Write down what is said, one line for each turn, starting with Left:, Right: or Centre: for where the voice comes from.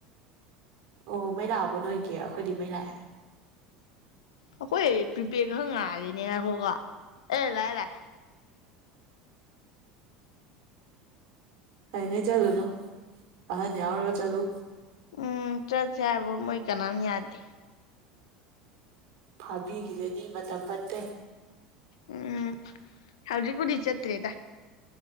Right: ꯑꯣ ꯃꯩ ꯂꯥꯛꯑꯕꯣ ꯅꯣꯏꯒꯤ ꯑꯩꯈꯣꯏꯗꯤ ꯃꯩ ꯂꯥꯛꯑꯦ
Left: ꯑꯩꯈꯣꯏ ꯄꯔꯤꯄꯦꯠ ꯈꯛ ꯉꯥꯜꯂꯤꯅꯦꯕꯀꯣ ꯑꯦ ꯂꯥꯛꯑꯦ ꯂꯥꯛꯑꯦ
Right: ꯍꯌꯦꯡꯒꯥꯩ ꯆꯠꯂꯨꯅꯨ ꯑꯍꯟ ꯌꯥꯎꯔꯒ ꯆꯠꯂꯨ
Left: ꯎꯝ ꯆꯠꯁꯦ ꯍꯥꯏꯕꯨ ꯃꯣꯏ ꯀꯅꯥꯝ ꯌꯥꯗꯦ
Right: ꯐꯥꯕꯤꯒꯤꯖꯅꯤ ꯃꯇꯝ ꯐꯠꯇꯦ
Left: ꯎꯝ ꯍꯧꯖꯤꯄꯨꯗꯤ ꯆꯠꯇ꯭ꯔꯦꯗ